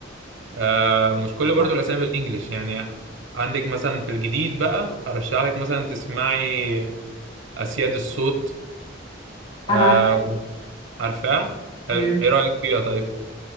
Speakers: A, on the right (about 80°); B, on the left (about 35°).
A: آه، ومش
B: جديد
A: كل برضو
B: مثلا
A: الاسامي بالانجلش يعني عندك مثلا في الجديد بقى ارشح لك مثلا تسمعي اسياد الصوت
B: انا
A: آه
B: عارفاها
A: عارفاه حلو
B: مم.
A: ايه رايك فيها طيب